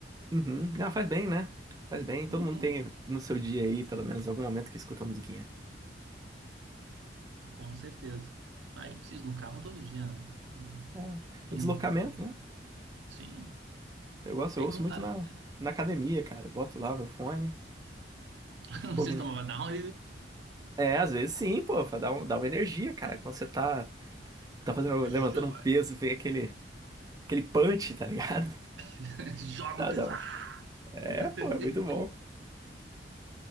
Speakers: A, on the right (about 20°); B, on the right (about 75°).
A: Uhum. Não, faz bem, né? Faz bem.
B: Uhum,
A: Todo mundo tem no seu dia aí, pelo menos, algum momento que escuta uma musiquinha.
B: com certeza. Ah, eu preciso no carro todo dia, né? Hum,
A: É. O
B: Indo
A: deslocamento,
B: pro.
A: né?
B: Sim.
A: Eu gosto,
B: Aí,
A: eu ouço
B: como...
A: muito
B: ah,
A: na, na academia, cara. Boto lá o meu fone
B: <laughs>
A: e fico
B: o sistema
A: ouvindo.
B: vai dar um.
A: É, às vezes sim, pô, dá, um, dá uma energia, cara. Quando você tá, tá fazendo,
B: <laughs>
A: levantando
B: Joga!
A: um peso, vem aquele, aquele punch, tá ligado?
B: <laughs> Joga
A: <laughs> Dá,
B: o pesado!
A: dá É,
B: <laughs>
A: pô, é muito bom.